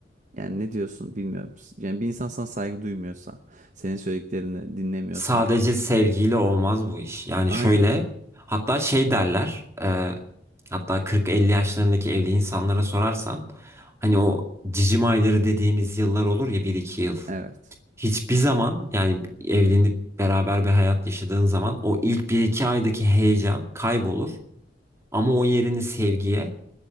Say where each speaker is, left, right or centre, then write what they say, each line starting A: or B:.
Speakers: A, on the right; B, on the right.
A: Yani ne diyorsun bilmiyorum. Yani bir insan sana saygı duymuyorsa, senin söylediklerini dinlemiyorsa.
B: Sadece sevgiyle olmaz bu iş. Yani
A: Aynen.
B: şöyle hatta şey derler e, hatta 40-50 yaşlarındaki evli insanlara sorarsan hani o cicim ayları dediğimiz yıllar olur ya bir iki yıl.
A: Evet.
B: Hiçbir zaman yani evlenip beraber bir hayat yaşadığın zaman o ilk bir iki aydaki heyecan kaybolur. Ama o yerini sevgiye